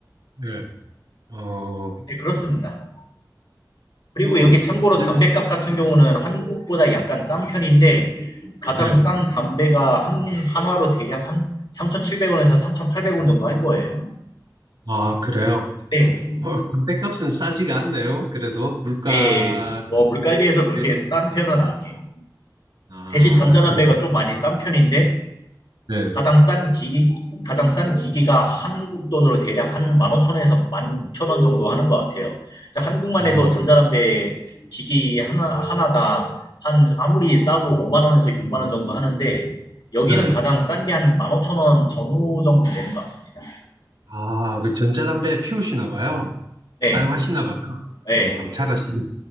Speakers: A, on the right; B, on the left.
A: 예. 어,
B: 네, 그렇습니다. 그리고
A: 그,
B: 여기 참고로 담배값
A: 예.
B: 같은 경우는 한국보다 약간 싼 편인데 가장
A: 예.
B: 싼 담배가 한 한화로 대략 한 3,700원에서 3,800원 정도 할 거예요.
A: 아, 그래요?
B: 네.
A: 어, 담뱃값은 싸지가 않네요. 그래도 물가를
B: 예, 뭐 물가에 비해서
A: 비교했을
B: 그렇게 싼
A: 때.
B: 편은 아니에요.
A: 아,
B: 대신 전자담배가
A: 그렇군요.
B: 좀 많이 싼 편인데
A: 네.
B: 가장 싼 기기, 가장 싼 기기가 한국 돈으로 대략 한 15,000원에서 16,000원 정도 하는 것 같아요. 자, 한국만
A: 어,
B: 해도 전자담배 기기 하나, 하나당 한 아무리 싸도 5만 원에서 6만 원 정도 하는데 여기는
A: 네.
B: 가장 싼 게 한 15,000원 전후 정도 되는 것 같습니다.
A: 아, 그 전자담배 피우시나 봐요.
B: 네,
A: 사용하시나 봐요.
B: 네,
A: 어, 잘하시네.